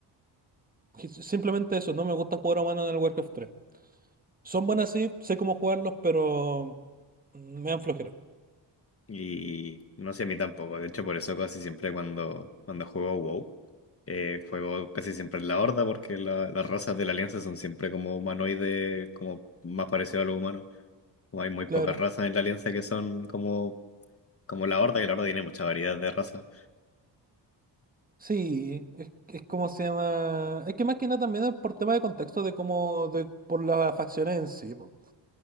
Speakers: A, on the right; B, on the left.
A: Que s- Simplemente eso, no me gusta jugar humano en el Warcraft tres Son buenas, sí, sé cómo jugarlos, pero me dan flojera.
B: Y no sé, a mí tampoco. De hecho, por eso casi siempre cuando, cuando juego WoW, eh, juego casi siempre en la Horda, porque la- las razas de la Alianza son siempre como humanoides, como más parecido a lo humano. Como hay muy
A: Claro.
B: pocas razas en la Alianza que son como, como la Horda, que la Horda tiene mucha variedad de razas.
A: Sí, es, es como se llama. Es que más que nada también es por tema de contexto de cómo, de, por las facciones en sí, po.